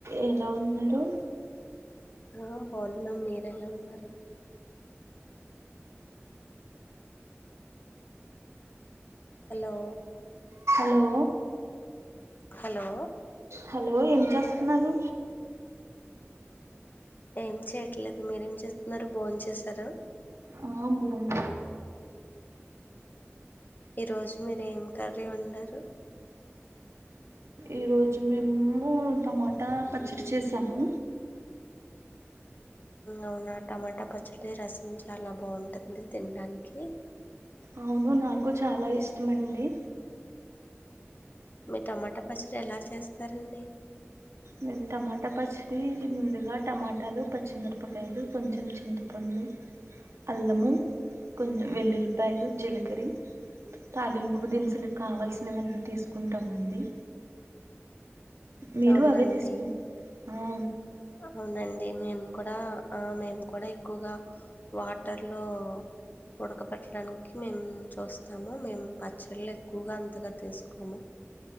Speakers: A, on the right (about 80°); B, on the left (about 40°).
A: ఎలా ఉన్నరు
B: ఆ బాగున్నాం మీరేలా ఉన్నరు హలో
A: హలో
B: హలో
A: హలో ఏం చేస్తున్నారు
B: ఏం చేయ్యట్లేదు మీరేం చేస్తున్నారు బా చేసారా
A: ఆ బోన్మ
B: ఈరోజు మీరు ఏం కర్రీ వండారు
A: ఈ రోజు మేము టమాటా పచ్చడి చేసాము
B: అవునా టమాటా పచ్చడి రసం చాలా బాగుంటుంది తినడానికి
A: అవును నాకు చాలా
B: మీ
A: ఇష్టమండి
B: మీ టమాటా పచ్చడి ఎలా చేస్ సరే అండి
A: మేము టమాటా పచ్చడి ఇది ముందుగా టమాటాలు పచ్చిమిరపకాయలు కొంచెం చింతపండు అల్లము కొంచెం వెల్లుల్లిపాయలు జిల్కరి తాలింపుకు దినుసులు కావాల్సినవన్నీ తీసుకుంటామండి మీరు
B: అవునండి
A: అవే తీసుకో ఆ
B: అవునండి మేము కూడా ఆ మేము కూడా ఎక్కువగా వాటర్లో ఉడకబెట్టడానికి మేము చూస్తాము మేము పచ్చళ్ళు ఎక్కువగా అంతగా తీసుకోము